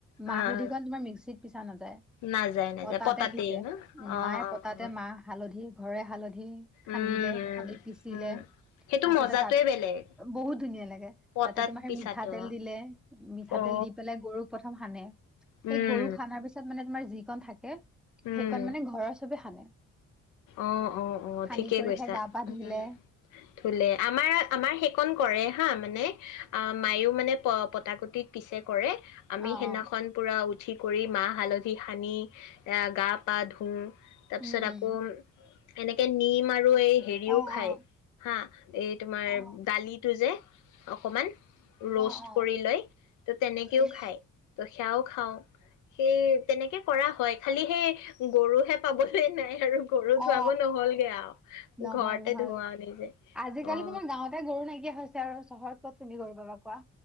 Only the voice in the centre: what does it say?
মাহ
হালধি
কন তোমাৰ মিক্সিত পিছা নাযায়
পতাতহে
পিছে
উ
মায়ে
পতাতে
মাহ হালধি ঘৰে হালধি খান্দিলে
খান্দি পিচিলে
তাৰ
পিছতে তাত
বহুত ধুনীয়া লাগে
তাতে তোমাক
মিঠাতেল দিলে মিঠাতেল
দি পেলাই গৰুক প্ৰথম সানে সেই
গৰুক সানাৰ পিছত মানে তোমাৰ যিকন থাকে
অণ মানে ঘৰৰ চবে সানে
সানি
কৰিহে
গা পা
ধুলে
অ
অ
উম
উম
অ অ
অ
অ অ
উম
অ অ
নহল
নহল
আজিকালি
তোমাৰ গাঁৱতে গৰু নাইকিয়া হৈছে আৰু চহৰত ক'ত তুমি গৰু পাবা কোৱা